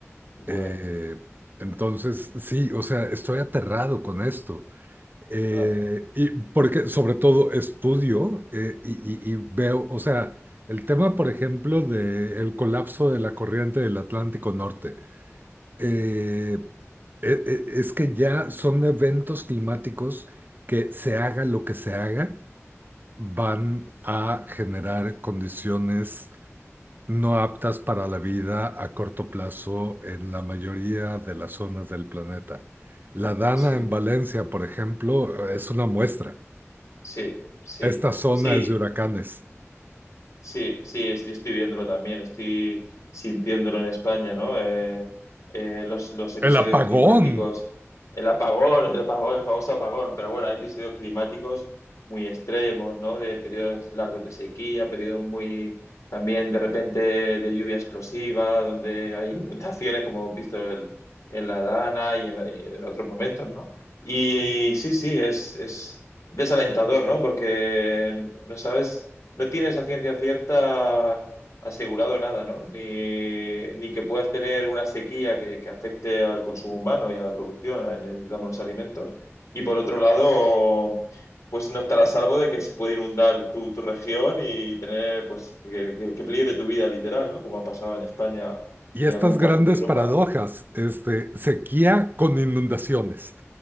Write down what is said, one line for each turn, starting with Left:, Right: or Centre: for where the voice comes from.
Left: bueno,
Right: Eh, entonces, sí, o sea, estoy aterrado con esto. Eh,
Left: claro,
Right: y porque sobre todo estudio eh, y, y- y veo, o sea, el tema, por ejemplo, del colapso de la corriente del Atlántico Norte, eh,
Left: sí,
Right: e- e- es que ya son eventos climáticos que se haga lo que se haga, van a generar condiciones no aptas para la vida a corto plazo en la mayoría de las zonas del planeta. La Dana
Left: sí.
Right: en Valencia, por ejemplo, es una muestra.
Left: Sí, sí,
Right: Esta zona
Left: sí.
Right: es de huracanes.
Left: Sí, sí, es- yo estoy viéndolo también, estoy sintiéndolo en España, ¿no? Eh, eh, los, los episodios
Right: El apagón
Left: climáticos, el apagón, el apagón, el famoso apagón, pero bueno, hay episodios climáticos muy extremos, ¿no? De periodos largos de sequía, periodos muy también de repente de lluvia explosiva, donde hay <laughs> inundaciones, como hemos visto el- en la Dana y en, y en otros momentos, ¿no? Y, sí, sí, es, es desalentador, ¿no? Porque no sabes. No tienes a ciencia cierta asegurado nada, ¿no? Ni, ni que puedas tener una sequía que, que afecte al consumo humano y a la producción, eh, necesitamos los alimentos. Y por otro lado, pues no estar a salvo de que se puede inundar tu, tu región y tener, pues, que, que, que peligre tu vida literal, ¿no? Como ha pasado en España
Right: y
Left: y
Right: estas
Left: en algunas partes
Right: grandes
Left: de Europa.
Right: paradojas, este, sequía con inundaciones,